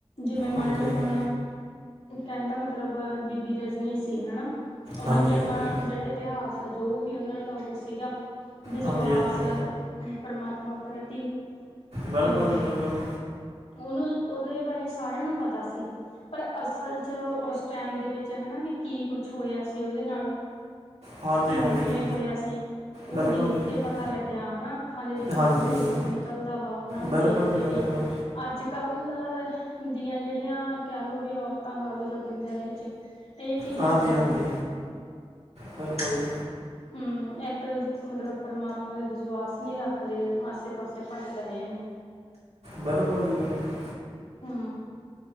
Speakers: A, on the left; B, on the right.
A: ਜਿਵੇਂ ਮੰਨਲਓ
B: ਹਾਂਜੀ ਹਾਂਜੀ
A: ਹੁਣ ਕਹਿਣ ਦਾ ਮਤਲਬ ਬੀਬੀ ਰਜਨੀ ਸੀ, ਹੈਨਾ ਉਹਨਾਂ
B: ਹਾਂਜੀ
A: ਦੀ ਆਪਾਂ
B: ਹਾਂਜੀ
A: ਜਿਹੜਾ ਇਤਿਹਾਸ ਆ ਜੋ ਵੀ ਉਹਨਾਂ ਦਾ ਉਹ ਸੀਗਾ। ਵਿਸ਼ਵਾਸ
B: ਹਾਂਜੀ ਹਾਂਜੀ
A: ਪਰਮਾਤਮਾ ਪ੍ਰਤੀ
B: ਬਿਲਕੁਲ
A: ਤੇ
B: ਜੀ ਬਿਲਕੁਲ
A: ਹੁਣ ਉਹਦੇ ਬਾਰੇ ਸਾਰਿਆਂ ਨੂੰ ਪਤਾ ਸੀ। ਪਰ ਅਸਲ ਚ ਉਸ ਟਾਈਮ ਦੇ ਵਿੱਚ ਹੈਨਾ ਵੀ ਕੀ ਕੁਛ ਹੋਇਆ ਸੀ ਉਹਦੇ ਨਾਲ
B: ਹਾਂਜੀ
A: ਕਿਵੇਂ
B: ਹਾਂਜੀ
A: ਕਿਵੇਂ ਹੋਇਆ ਸੀ। ਉਹ
B: ਬਿਲਕੁਲ
A: ਦੇਖ
B: ਜੀ
A: ਕੇ ਪਤਾ ਲੱਗਿਆ ਹੈਨਾ ਅੱਖਾਂ ਦੇ ਵਿੱਚੋਂ
B: ਹਾਂਜੀ
A: ਕਿਵੇਂ ਰੋਣ ਨਿਕਲਦਾ ਵਾ ਉਹਨਾਂ ਨੂੰ
B: ਬਿਲਕੁਲ
A: ਦੇਖ
B: ਜੀ
A: ਕੇ
B: ਬਿਲਕੁਲ
A: ਵੀ ਅੱਜ ਕੱਲ੍ਹ ਅ ਦੀਆਂ ਜਿਹੜੀਆਂ ਕਹਿ ਲਓ ਵੀ ਔਰਤਾਂ ਲਾ ਲਓ ਜਾਂ ਬੰਦਿਆਂ ਦੇ ਵਿੱਚ ਇਹ ਚੀਜ਼ਾਂ
B: ਹਾਂਜੀ
A: ਹੈ
B: ਹਾਂਜੀ
A: ਨਹੀਂ
B: ਬਿਲਕੁਲ ਜੀ
A: ਹੂ ਇੱਕ ਮਤਲਬ ਪਰਮਾਤਮਾ ਦਾ ਵਿਸ਼ਵਾਸ ਨਹੀਂ ਰੱਖ ਰੇ ਆਸੇ ਪਾਸੇ ਭਟਕ ਰਹੇ ਨੇ
B: ਬਿਲਕੁਲ ਜੀ ਬਿਲਕੁਲ
A: ਹੂ